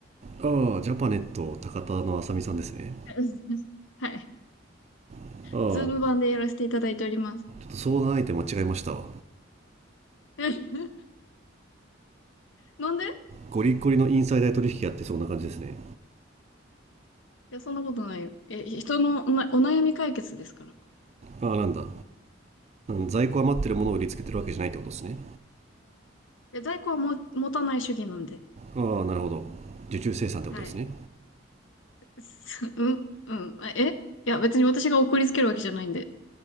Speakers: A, on the right; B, on the left.
A: ああジャパネット高田のあさみさんですね
B: <laughs> うんはい。
A: ああちょ
B: ズーム版でやらせていただいております。
A: っと相談相手間違えましたわ
B: <laughs> なんでい
A: ゴリゴリのインサイダー取引やってそうな感じですね
B: や、そんなことないよ。え、人のおなお悩み解決ですから。
A: ああなんだ在庫余ってるものを売りつけてるわけじゃないってことですね
B: え、在庫はも、持たない主義なんで。
A: ああなるほど受注生産ってことですね
B: はい。<laughs> すうん、うん。あえいや、別に私が送りつけるわけじゃないんで。